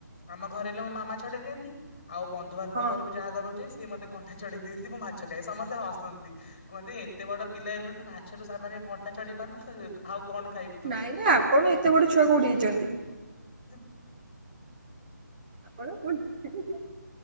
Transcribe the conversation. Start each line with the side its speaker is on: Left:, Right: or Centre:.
Left: ଆମ ଘରେ ହେଲେ ମୋ ମାମା ଛଡେଇ ଦିଅନ୍ତି ଆଉ ବ ଧୁବାନ୍ଧବ
Right: ହଁ।
Left: ଘରକୁ ଯାହା ଘରୁକୁ ଯାଏ ସିଏ ମତେ କଣ୍ଟା ଛଡେଇ ଦିଅନ୍ତି ମୁଁ ମାଛ ଖାଏ ସମସ୍ତେ ହସ ଚି କୁହନ୍ତି ଏତେ ବଡ ପିଲା ହେଲୁଣି ମାଛରୁ ସାମାନ୍ୟ କଣ୍ଟା ଛଡେଇ ପାରୁନୁ <unintelligible> ଆଉ କଣ ଖାଇବୁ? ତୁ।
Right: ନାଇଁ ନାଇଁ ଆପଣ ଏତେ ବଡ଼ ଛୁଆ କୋଉଠି ହେଇଛନ୍ତି?
Left: ହ
Right: ଆପଣ <unintelligible>